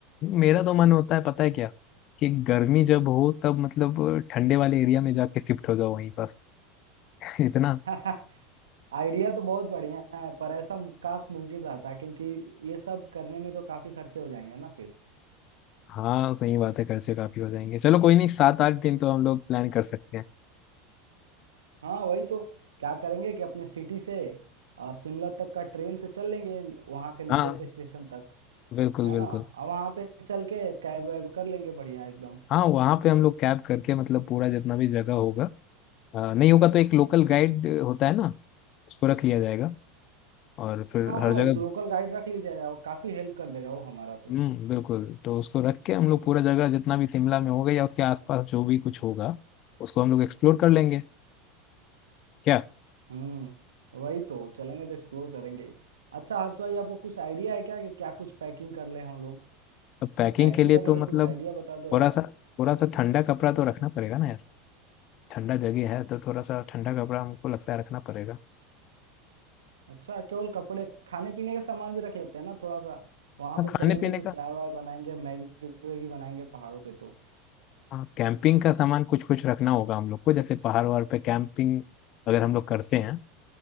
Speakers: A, on the left (about 45°); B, on the right (about 75°).
A: मेरा तो मन होता है पता है क्या कि गर्मी जब हो तब मतलब ठंडे वाले एरिया में जाके शिफ्ट हो जाओ वहीं पास <laughs> इतना
B: <laughs> आइडिया तो बहुत बढ़िया है पर ऐसा मु- काश मुमकिन रहता क्योंकि ये सब करने में तो काफी खर्चे हो जाएंगे ना फिर
A: हाँ सही बात है खर्चे काफी हो जाएंगे चलो कोई नहीं सात आठ दिन तो हम लोग प्लान कर सकते हैं
B: हाँ वही तो क्या करेंगे कि अपने सिटी से अ, शिमला तक का ट्रेन से चल लेंगे वहाँ के नियरेस्ट
A: हाँ
B: स्टेशन तक
A: बिल्कुल
B: है
A: बिल्कुल
B: ना और वहाँ पे चल के कैब वैब कर लेंगे बढ़िया एकदम
A: हाँ वहाँ पे हम लोग कैब करके मतलब पूरा जितना भी जगह होगा अ, नहीं होगा तो एक लोकल गाइड होता है ना उसको रख लिया जाएगा और फिर
B: हाँ हाँ
A: हर जगह
B: एक लोकल गाइड रख लीजिए यार, काफी हेल्प कर देगा वो हमारा तो
A: हम्म बिल्कुल तो उसको रख के हम लोग पूरा जगह जितना भी शिमला में होगा या उसके आसपास जो भी कुछ होगा उसको हम लोग एक्सप्लोर कर लेंगे क्या
B: हम्म वही तो चलेंगे तो एक्सप्लोर करेंगे ही। अच्छा हर्ष भाई आपको कुछ आइडिया है क्या कि क्या कुछ पैकिंग कर ले हम लोग
A: अब पैकिंग
B: पैकिंग
A: के लिए
B: करने
A: तो
B: का
A: मतलब
B: कुछ आइडिया बता दो यार
A: थोड़ा सा थोड़ा सा ठंडा कपड़ा तो रखना पड़ेगा ना यार ठंडा जगह है तो थोड़ा सा ठंडा कपड़ा हमको लगता है रखना पड़ेगा
B: अच्छा केवल कपड़े खाने पीने का सामान भी रख लेते हैं ना थोड़ा सा वहां
A: हाँ
B: पे
A: खाने
B: चलेंगे
A: पीने
B: तो
A: का
B: चाय वाय बनाएंगे मैगी वैगी बनाएंगे पहाड़ों पे तो
A: हाँ कैंपिंग का सामान कुछ कुछ रखना होगा हम लोग को जैसे पहाड़ वहाड़ पे कैंपिंग अगर हम लोग करते हैं